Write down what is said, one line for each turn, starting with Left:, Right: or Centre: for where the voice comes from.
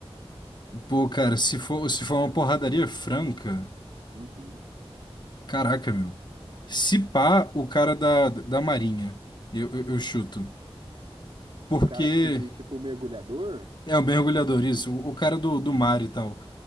Left: Pô, cara, se for, se for uma porradaria franca,
Right: Uhum.
Left: caraca, meu. Se pá, o cara da, da Marinha. Eu, eu, eu chuto. Porque
Right: O cara que se diz tipo mergulhador?
Left: é o mergulhador, isso, o o cara do, do mar e tal.